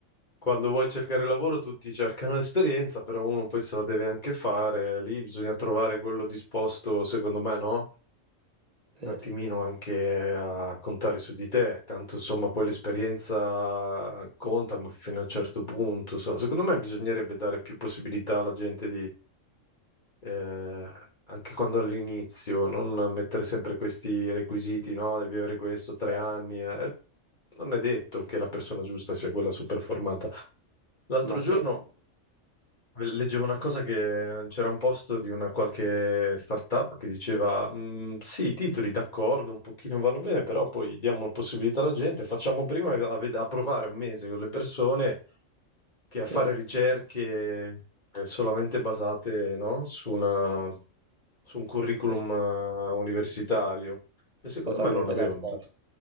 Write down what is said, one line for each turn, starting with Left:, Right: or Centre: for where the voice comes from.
Left: quando vuoi cercare lavoro, tutti cercano <laughs> l'esperienza, però uno poi se la deve anche fare. Lì bisogna trovare quello disposto, secondo me, no? Un
Right: eh,
Left: attimino anche a contare su di te. Tanto, insomma, poi l'esperienza conta, ma fino a un certo punto. so- Secondo me bisognerebbe dare più possibilità alla gente eh, anche quando all'inizio, non mettere sempre questi requisiti, no? Devi avere questo, tre
Right: Eh,
Left: anni. eh. Non è detto che la persona giusta sia quella super formata. L'altro
Right: ma
Left: giorno
Right: sì,
Left: ve- leggevo una cosa che c'era un post di una qualche startup che diceva: "Mm, Sì, i titoli d'accordo, un pochino vanno bene, però poi diamo la possibilità alla gente, facciamo prima a, ved- a provare un mese con le persone che a
Right: sì,
Left: fare ricerche eh, solamente basate, no? su una su un curriculum
Right: sì,
Left: eh, universitario e secondo
Right: totalmente
Left: me non l'avevano
Right: d'accordo,
Left: tutti